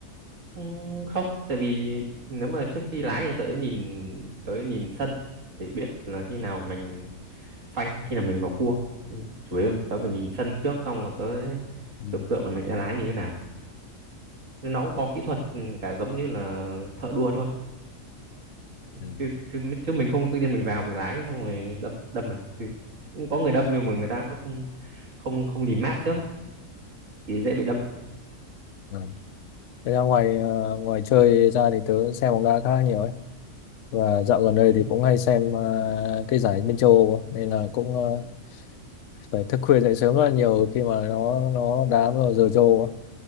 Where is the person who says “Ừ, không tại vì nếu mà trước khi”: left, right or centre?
Right